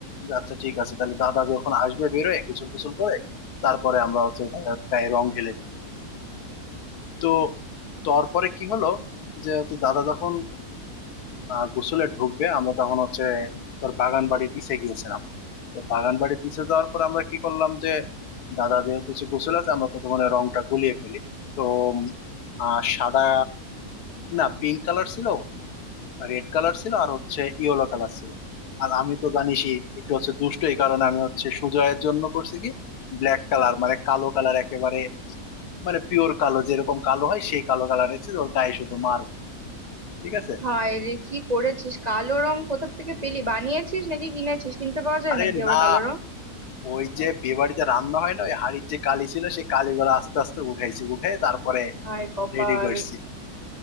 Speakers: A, on the left; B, on the right.
A: যে আচ্ছা ঠিক আছে তাহলে দাদা যখন আসবে বেরোয় গোসল টোসল করে তারপরে আমরা হচ্ছে দাদার গায়ে রং ঢেলে দিই তো তারপরে কি হলো যে হচ্ছে দাদা যখন আহ, গোসলে ঢুকবে আমরা তখন হচ্ছে তোর বাগান বাড়ি পিছিয়ে গিয়েছিলাম তো বাগান বাড়ির পিছে যাওয়ার পর আমরা কি করলাম যে দাদা যেহেতু হচ্ছে গোসল আছে আমরা ততক্ষণে রংটা গুলিয়ে ফেলি তো উম, আহ, সাদা না পিঙ্ক কালার ছিল রেড কালার ছিল আর হচ্ছে ইয়েলো কালার ছিল আর আমি তো জানিসই একটু হচ্ছে দুষ্ট এই কারণে আমি হচ্ছে সুজয়ের জন্য করছি কি ব্ল্যাক কালার মানে কালো কালার একেবারে মানে পিওর কালো যেরকম কালো হয় সেই কালো কালার রেখেছি ওর গায়ে শুধু মার ঠিক আছে
B: হায় রে কি করেছিস কালো রং কোথা থেকে পেলি বানিয়েছিস নাকি কিনেছিস কিনতে পাওয়া যায়
A: আরে
B: নাকি আবার
A: না
B: কালো রং
A: ওই যে বিয়ে বাড়িতে রান্না হয় না ওই হাড়ির যে কালি ছিল সেই কালিগুলো আস্তে আস্তে উঠাইছি উঠে তারপরে
B: হায় কপাল
A: রেডি করছি